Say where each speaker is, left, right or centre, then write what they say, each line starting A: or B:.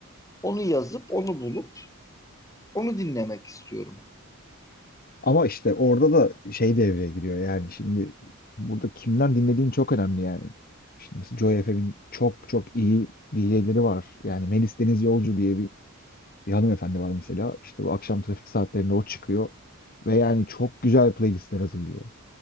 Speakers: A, on the left; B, on the left.
A: Onu yazıp onu bulup onu dinlemek istiyorum.
B: Ama işte orada da şey devreye giriyor yani şimdi burada kimden dinlediğin çok önemli yani. Şimdi mesela Joy FM'in çok çok iyi DJ'leri var. Yani Melis Deniz Yolcu diye bir, bir hanımefendi var mesela. İşte bu akşam trafik saatlerinde o çıkıyor. Ve yani çok güzel playlistler hazırlıyor.